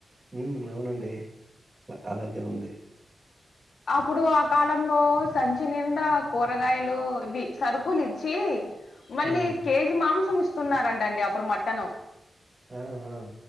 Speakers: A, on the right (about 15°); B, on the left (about 75°).
A: ఉమ్ అవునండి అలాగే ఉంది
B: అప్పుడు ఆ కాలంలో సంచి నిండా కూరగాయలు ఇవి సరుకులు ఇచ్చి మళ్ళీ
A: హ్మ్.
B: కేజీ మాంసం ఇస్తున్నారంట అండి అప్పుడు మటన్
A: ఆహా